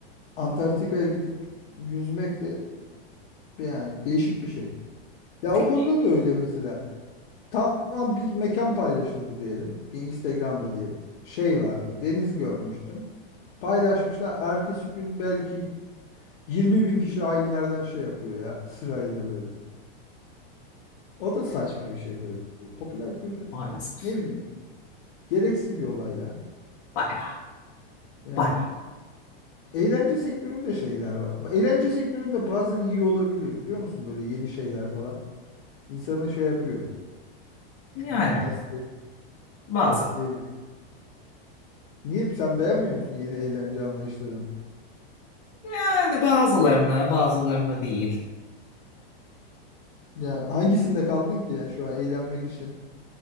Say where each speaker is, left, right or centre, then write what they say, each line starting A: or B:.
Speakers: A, on the left; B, on the left.
A: Antarktika'ya gidip yüzmek de yani değişik bir şey. Ya
B: Değil
A: o konuda da öyle mesela. Tamam bir mekan paylaşıldı diyelim. Bir Instagram'da diyelim. Şey vardı deniz görmüştüm. Paylaşmışlar ertesi gün belki 20 bin kişi aynı yerden şey yapıyor ya sırayla böyle. O da saçma bir şey böyle. Popüler kültür
B: maalesef.
A: ne bileyim gereksiz bir olay ya.
B: Bayağı.
A: Yani
B: Bayağı.
A: eğlence sektöründe şeyler var. Eğlence sektöründe bazen iyi olabiliyor biliyor musun? Böyle yeni şeyler falan. İnsana şey yapıyor.
B: Yani
A: Hmm, nasıl diye,
B: bazen.
A: nasıl diye. Niye sen beğenmiyor musun yeni eğlence anlayışlarını?
B: Yani bazılarını bazılarını değil.
A: Ya hangisinde kaldın ki yani şu an eğlenmek için?